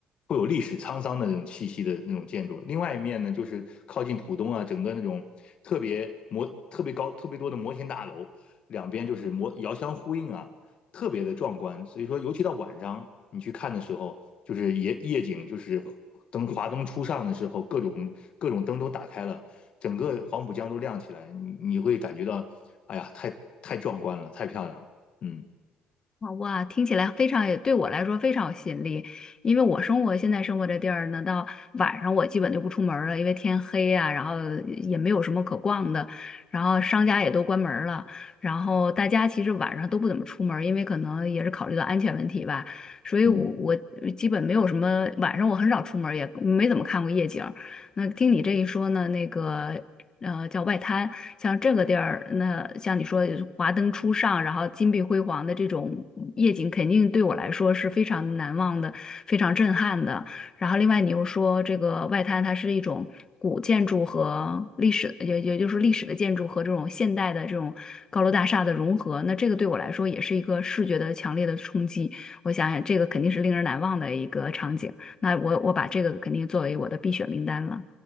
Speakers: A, on the left (about 55°); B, on the left (about 35°).
A: 会有历史沧桑的那种气息的那种建筑，另外一面呢，就是靠近浦东啊，整个那种特别摩特别高、特别多的摩天大楼，两边就是摩遥相呼应啊，特别的壮观。所以说，尤其到晚上你去看的时候，就是夜夜景，就是灯华灯初上的时候，各种各种灯都打开了，整个黄浦江都亮起来，你你会感觉到，哎呀，太太壮观了，太漂亮了，嗯
B: 好哇，听起来非常，也对我来说非常有吸引力，因为我生活现在生活这地儿呢，到晚上我基本就不出门儿了，因为天黑啊，然后也没有什么可逛的，然后商家也都关门儿了，然后大家其实晚上都不怎么出门儿因为可能也是考虑到安全问题吧，所以我我基本没有什么晚上我很少出门儿也没怎么看过夜景儿那听你这一说呢，
A: 嗯，
B: 那个呃，叫外滩，像这个地儿，那像你说华灯初上，然后金碧辉煌的这种夜景，肯定对我来说是非常难忘的，非常震撼的。然后另外你又说这个外滩，它是一种古建筑和历史，也也就是历史的建筑和这种现代的这种高楼大厦的融合，那这个对我来说也是一个视觉的强烈的冲击。我想想，这个肯定是令人难忘的一个场景。那我我把这个肯定作为我的必选名单了。